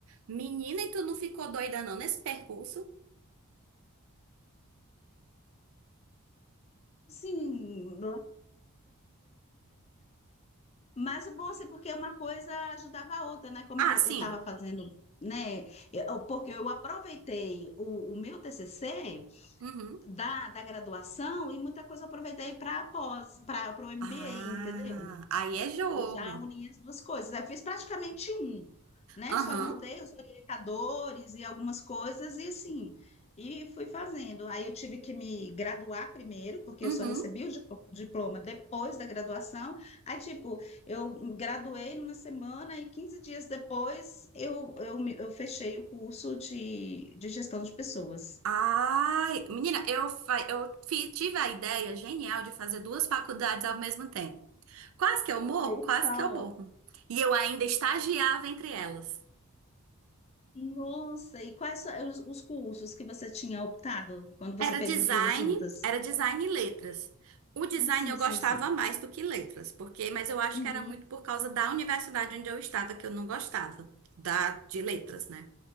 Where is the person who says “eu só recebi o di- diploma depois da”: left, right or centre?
Left